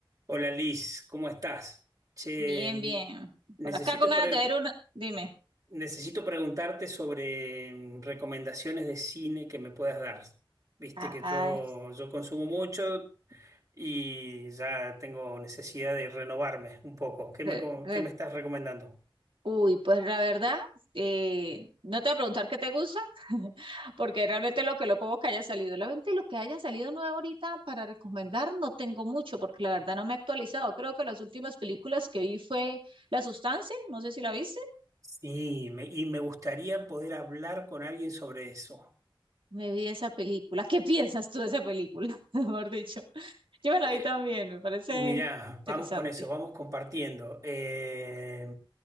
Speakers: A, on the right (about 40°); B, on the right (about 70°).
A: Hola Liz, ¿cómo estás? Che,
B: Bien, bien.
A: necesito,
B: Por acá con ganas
A: pre-
B: de ver una. Dime.
A: necesito preguntarte sobre mm, recomendaciones de cine que me puedas dar. Viste
B: Ay,
A: que yo, yo consumo mucho y ya tengo necesidad de renovarme un poco. ¿Qué me,
B: re-
A: co-
B: re-
A: qué me estás recomendando?
B: uy, pues la verdad, eh, no te voy a preguntar qué te gusta, <laughs> porque realmente lo que lo poco que haya salido, realmente lo que haya salido nuevo ahorita para recomendar no tengo mucho, porque la verdad no me he actualizado. Creo que las últimas películas que vi fue La Sustancia, no sé si la viste,
A: Sí, me- y me gustaría poder hablar con alguien sobre eso.
B: me vi esa película. ¿Qué piensas tú de esa película? <laughs> Mejor dicho, yo me
A: Eh,
B: la vi también, me parece
A: mirá,
B: interesante.
A: vamos con eso, vamos compartiendo. Eh,